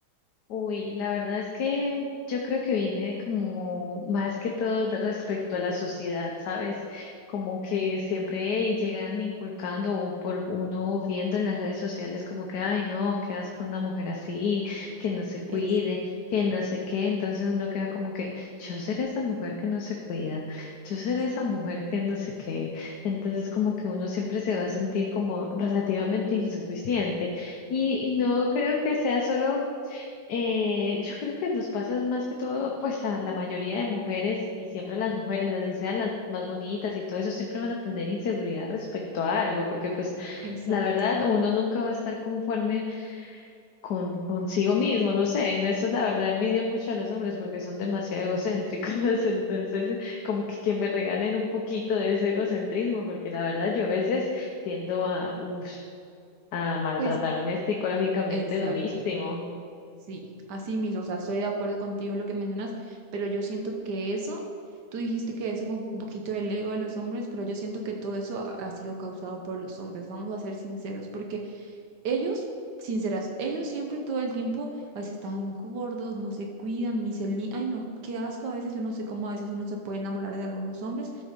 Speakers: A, on the left (about 80°); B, on the right (about 80°).
A: Uy, la verdad es que yo creo que viene como más que todo de respecto a la sociedad, ¿sabes? Como que siempre llegan inculcando o por uno viendo en las redes sociales como que, ay, no, qué asco una mujer así, que no se cuide,
B: Es,
A: que no sé qué. Entonces uno queda como que, yo seré esa mujer que no se cuida, yo seré
B: sí,
A: esa mujer que no sé qué. Entonces como que uno siempre se va a sentir como relativamente insuficiente. Y, y no
B: sí,
A: creo que sea solo eh, yo creo que nos pasa más que todo, pues a la mayoría de mujeres y siempre las mujeres, así sean las más bonitas y todo eso, siempre van a tener inseguridad respecto a algo, porque pues
B: exacto.
A: la verdad uno nunca va a estar conforme con consigo mismo, no sé, en eso la verdad envidio mucho a los hombres porque son demasiado egocéntricos, <laughs> entonces eh, como que, que me regalen un poquito de ese egocentrismo, porque la verdad yo a veces tiendo a, uf, a maltratarme
B: Pues,
A: psicológicamente
B: exacto.
A: durísimo.
B: Sí, así mismo, o sea, estoy de acuerdo contigo en lo que mencionas, pero yo siento que eso, tú dijiste que eso es como un poquito del ego de los hombres, pero yo siento que todo eso ha ha sido causado por los hombres, vamos a ser sinceros, porque ellos, sinceras, ellos siempre todo el tiempo, a veces están gordos, no se cuidan, ni se li... Ay, no, qué asco a veces, yo no sé cómo a veces uno se puede enamorar de algunos hombres,